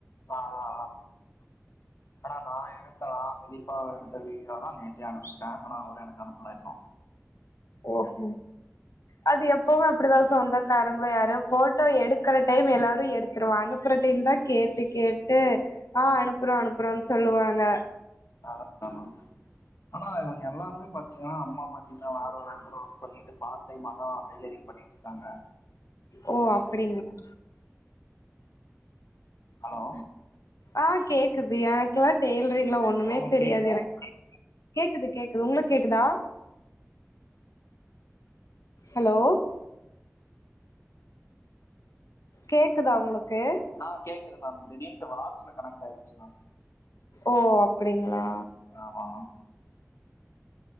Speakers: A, on the left; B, on the left.
A: ஆ அதா அதானா நா எடுக்கல பெரியப்பாவை எடுத்த வீடியோலா நேத்தே அனுப்பிச்சுட்டே ஆனா அவரு எனக்கு அனுப் பல இன்னு
B: ஓஹோ அது எப்பவ அப்படிதா சொந்தக்காரங்களோ யாரோ போட்டோ எடுக்கற டைம் எல்லாரு எடுத்துருவாங்க அனுப்புற டைம் தான் கேட்டு கேட்டு ஆ அனுப்புறோ அனுப்புறோனு சொல்லுவாங்க
A: அதான ஆனா இவங்க எல்லாருமே பாத்தீங்கன்னா அம்மா பாத்தீங்கன்னா வேற ஒரு எடத்துல ஒர்க் பண்ணிட்டு பார்ட் டைம்மாதா டெய்லரிங் பண்ணிட்ருக்காங்க
B: ஓ அப்படிங்களா
A: ஹலோ
B: ஆ கேக்குது எனக்குல்லா டெய் ளா ஒண்ணுமே
A: ஹலோ மேம்
B: தெரியாது
A: கேக்குதா
B: எனக் கேக்குது கேக்குது உங்களுக்கு கேக்குதா ஹலோ கேக்குதா உங்களுக்கு
A: ஆ கேக்குது மேம் திடீனுட்டு வாட்ல கணக்கு ஆய்டுச்சு மேம்
B: ஓ அப்படிங்களா
A: ஆமா மேம்